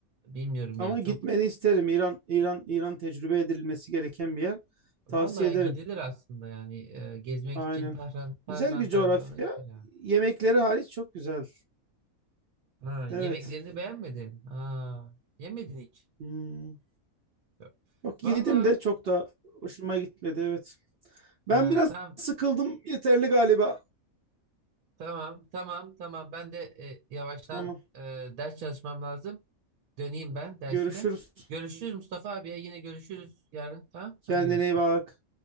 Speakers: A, on the right (about 80°); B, on the right (about 60°).
A: Bilmiyorum
B: Ama
A: ya çok.
B: gitmeni isterim. İran, İran, İran tecrübe edilmesi gereken bir yer.
A: Vallahi
B: Tavsiye ederim.
A: gidilir aslında yani e, gezmek
B: Aynen.
A: için Tahran Tahran
B: Güzel bir
A: taraflarına
B: coğrafya.
A: gidilir ya.
B: Yemekleri hariç çok güzel.
A: Ha, yemeklerini
B: Evet.
A: beğenmedin. Ha, yemedin hiç.
B: Hmm.
A: Yok.
B: Yok
A: Vallahi
B: yedim de çok da hoşuma gitmedi. Evet. Ben
A: ha,
B: biraz
A: tamam
B: sıkıldım. Yeterli galiba.
A: tamam tamam tamam. Ben de e, yavaştan
B: Tamam.
A: e, ders çalışmam lazım. Döneyim ben dersime.
B: Görüşürüz.
A: Görüşürüz Mustafa abi ya. Yine görüşürüz yarın. Tamam.
B: Kendine
A: Hadi görüşürüz.
B: iyi bak.